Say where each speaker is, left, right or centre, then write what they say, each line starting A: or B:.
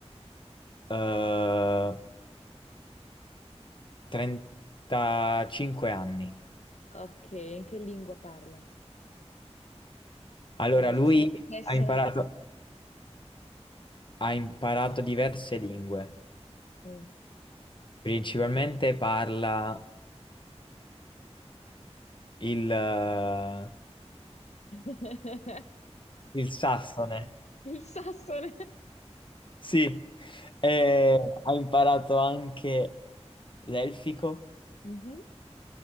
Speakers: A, on the left (about 45°); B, on the left (about 80°).
A: eh, 35 anni.
B: Ok, in che lingua parla?
A: Allora,
B: Che essere,
A: lui
B: che essere-
A: ha imparato, ha imparato diverse lingue.
B: Mm.
A: Principalmente parla il, eh,
B: <laughs>
A: il sassone.
B: Il sassone.
A: Sì, e ha imparato anche l'elfico
B: Mhm,